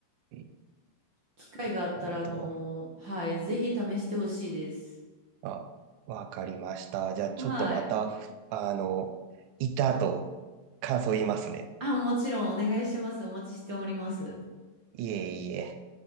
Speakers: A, on the right; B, on the right.
A: な
B: 機会があったら、
A: るほど。
B: あのーはい、ぜひ試してほしいです。
A: あ、わかりました。じゃあちょっとまた、
B: はい。
A: あの、いたと感想言いますね。
B: あ、もちろんお願いします。お待ちしております。
A: いえいえ。